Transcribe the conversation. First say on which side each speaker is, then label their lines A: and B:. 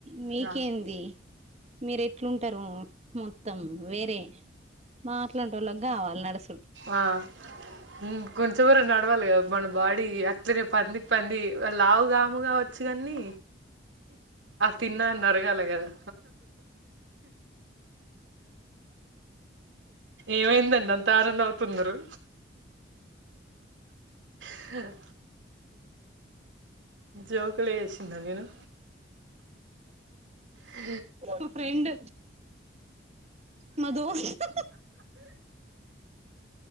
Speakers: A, on the right; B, on the right.
A: మీకేంది
B: యా
A: మీరు ఎట్లుంటారు మొత్తం వేరే మాట్లాంటోలకి కావాలి నడసుడు
B: ఆ ఊ కొంచెం కూర నడవాలి కదా మన బాడీ అట్లనే పందికి పంది లావు గాము గావచ్చి కాని తిన్నదన్న అరగాలి కదా ఏమైందండి అంత ఆనం నవుతున్నారు హ జోకులు ఎసిందా నేను హ
A: మా ఫ్రెండ్ మా దోస్త్